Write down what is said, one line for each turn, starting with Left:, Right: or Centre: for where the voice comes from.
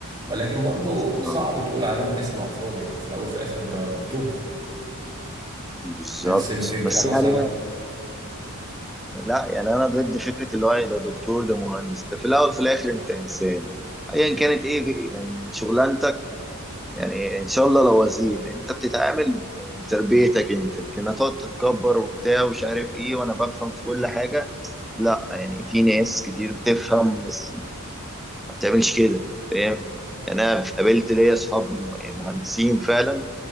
Right: ولكن برضو
Centre: آه،
Right: صعب تقول عليهم اسم على الفاضي يعني في الاول وفي الاخر دكتور
Centre: بالظبط
Right: نفس الفكرة
Centre: بس
Right: مثلا
Centre: يعني لا يعني أنا ضد فكرة اللي هو إيه ده دكتور ده مهندس ده في الأول في الآخر أنت إنسان أيا كانت إيه يعني شغلانتك يعني إن شاء الله لو وزير أنت بتتعامل يعني بتربيتك أنت لكن هتقعد تتكبر وبتاع ومش عارف إيه وأنا بفهم في كل حاجة لا يعني في ناس كتير بتفهم بس ما بتعملش كده يعني انا قابلت ليا اصحاب م- مهندسين فعلا